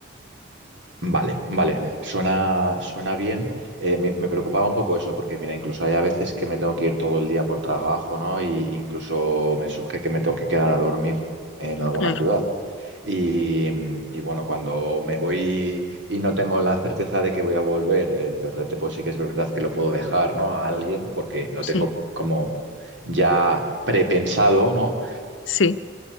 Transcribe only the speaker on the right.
Vale, vale, suena, suena bien. Eh, me, me preocupaba un poco eso, porque mira, incluso hay a veces que me tengo que ir todo el día por trabajo, ¿no? Y incluso me surge que me tengo que quedar a dormir en alguna
ciudad. Y, mm, y bueno, cuando me voy y no tengo la certeza de que voy a volver, el perrete, pues sí que es verdad que lo puedo dejar, ¿no? A alguien, porque lo
tengo como ya prepensado, ¿no?